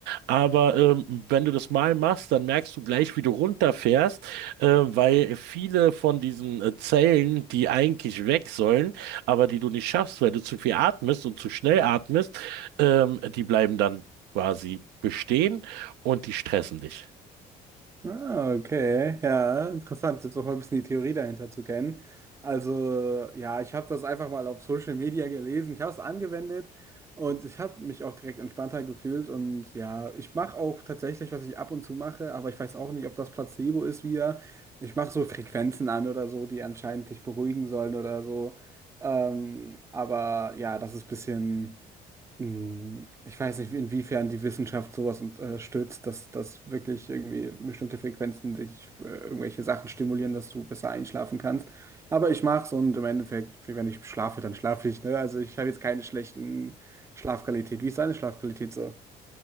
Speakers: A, on the right; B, on the right.
A: Aber ähm, wenn du das mal machst, dann merkst du gleich, wie du runterfährst, äh, weil viele von diesen äh, Zellen, die eigentlich weg sollen, aber die du nicht schaffst, weil du zu viel atmest und zu schnell atmest, ähm, die bleiben dann quasi bestehen und die stressen dich.
B: Ah, okay. Ja, interessant, jetzt auch mal ein bisschen die Theorie dahinter zu kennen. Also, ja, ich habe das einfach mal auf Social Media gelesen. Ich habe es angewendet und ich habe mich auch direkt entspannter gefühlt. Und ja, ich mache auch tatsächlich, was ich ab und zu mache, aber ich weiß auch nicht, ob das Placebo ist wieder. Ich mache so Frequenzen an oder so, die anscheinend dich beruhigen sollen oder so. Ähm, aber ja, das ist ein bisschen. Hm, Ich weiß nicht, inwiefern die Wissenschaft sowas unterstützt, dass, dass wirklich irgendwie bestimmte Frequenzen dich äh, irgendwelche Sachen stimulieren, dass du besser einschlafen kannst. Aber ich mache es und im Endeffekt, wenn ich schlafe, dann schlafe ich, ne? Also ich habe jetzt keine schlechten Schlafqualität. Wie ist deine Schlafqualität so?